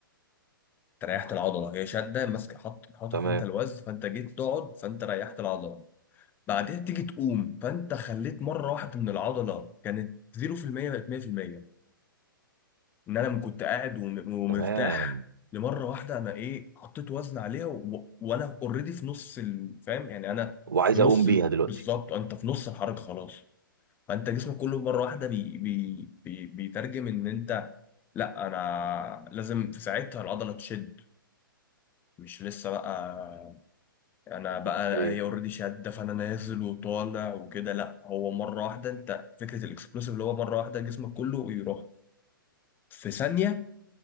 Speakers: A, on the left (about 15°); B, on the right (about 65°).
A: انت ريحت العضله هي شاده ماسك حط حاطط
B: تمام
A: انت الوزن فانت جيت تقعد فانت ريحت العضله بعدين تيجي تقوم فانت خليت مره واحده من العضله كانت 0% بقت 100% ان انا كنت قاعد وم- ومرتاح
B: تمام
A: لمره واحده انا ايه حطيت وزن عليها و... وانا اوريدي في نص ال... فاهم يعني انا
B: وعايز
A: في نص
B: اقوم بيها
A: ال...
B: دلوقتي
A: بالظبط انت في نص الحركه خلاص فانت جسمك كله مره واحده بي... بي... بي... بيترجم ان انت لا انا لازم في ساعتها العضله تشد مش لسه بقى انا بقى
B: اوكي
A: هي اوريدي شاده فانا نازل وطالع وكده لا هو مره واحده انت فكره الاكسبلوسيف اللي هو مره واحده جسمك كله يروح في ثانيه